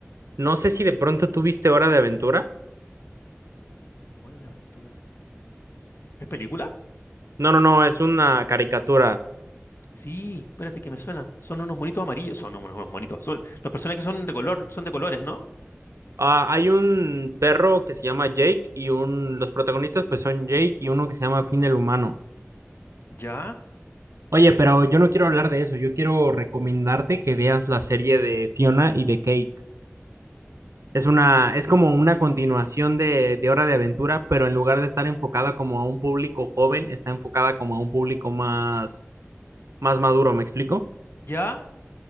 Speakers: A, on the right; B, on the left.
A: no sé si de pronto tuviste Hora de Aventura.
B: Hora de aventura. ¿Es película?
A: No, no, no, es una caricatura.
B: Sí, espérate que me suena. Son unos monitos amarillos. Son unos unos monitos. Son, los personajes son de color, son de colores, ¿no?
A: Ah, hay un perro que se llama Jake y un, los protagonistas pues son Jake y uno que se llama Finn el humano.
B: Ya,
A: Oye, pero yo no quiero hablar de eso, yo quiero recomendarte que veas la serie de Fiona y de Cake. Es una, es como una continuación de, de Hora de Aventura, pero en lugar de estar enfocada como a un público joven, está enfocada como a un público más, más maduro, ¿me explico?
B: ya.